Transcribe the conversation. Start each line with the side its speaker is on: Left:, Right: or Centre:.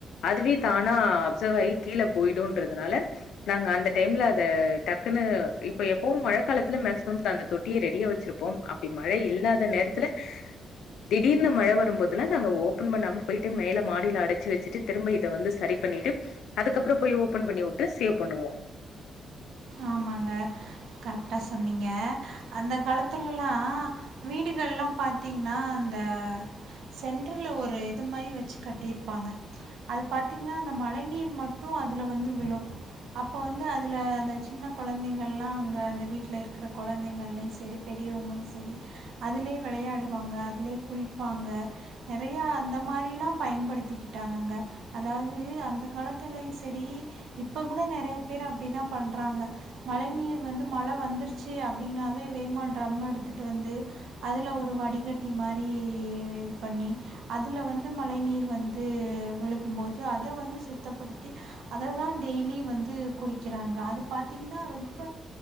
Left: அதுவே தானா அப்சர்வ் ஆகி கீழே போயிடும்ன்றதுனால நாங்க அந்த டைம்ல அத டக்குன்னு இப்ப எப்பவு மழை காலத்துல மேக்சிமம் அந்த தொட்டியை ரெடியா வச்சிருப்போ அப்படி மழை இல்லாத நேரத்துல திடீர்னு மழை வரும்போதுல்ல நாங்க ஒ ஓப்பன் பண்ணாம போயிட்டு மேல மாடியில அடைச்சு வச்சுட்டு திரும்ப இதை வந்து சேரி பண்ணிட்டு அதுக்கப்புறோ போய் ஓபன் பண்ணி விட்டு சேவ் பண்ணுவோ
Right: ஆமாங்க கரெக்டா சொன்னீங்க அந்த காலத்துலல்லா வீடுகள்லா பார்த்தீங்கன்னா அந்த சென்ட்ரல ஒரு இது மாரி வச்சு கட்டியிருப்பாங்க அது பார்த்தீங்கன்னா அந்த மழை நீர் மட்டு அதுல வந்து விழு அப்போ வந்து அதுல அந்த சின்ன குழந்தைங்கள்லா அங்க அந்த வீட்டல இருக்கிற கொழந்தைங்கள்லயும சேரி பெரியவங்களு சேரி அதுலயே விளையாடுவாங்க அதுலே குளிப்பாங்க நெறையா அந்த மாதிரிலா பயன்படுத்திக்கிட்டாங்க அங்க அதாவது அந்த காலத்துலயு சேரி இப்ப கூட நெறைய பேர் அப்படிதா பண் றாங்க மழை நீர் வந்து மழை வந்துருச்சு அப்படினாவே வேமா ட்ரம்ம எடுத்துகிட்டு வந்து அதில் ஒரு வடிகட்டி மாரி இது பண்ணி அதில் வந்து மழை நீர் வந்து விழுகும்போது அத வந்து சுத்தப்படுத்தி அத தா டெய்லி வந்து குடிக்கிறாங்க அது பாத்தீங்கன்னா ரொம்ப